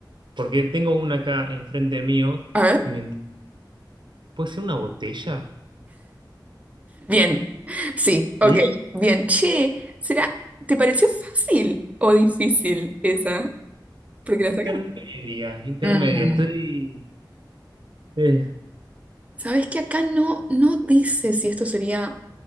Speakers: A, on the right; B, on the right.
A: porque tengo una acá enfrente mío
B: A ver.
A: y me... ¿Puede ser una botella?
B: Bien. Sí, ok.
A: ¿Sí?
B: Bien. Che, ¿será, te pareció fácil o difícil esa? Porque la sacamos.
A: Intermedia, intermedia,
B: Mm.
A: estoy... eh,
B: Sabes que acá no, no dice si esto sería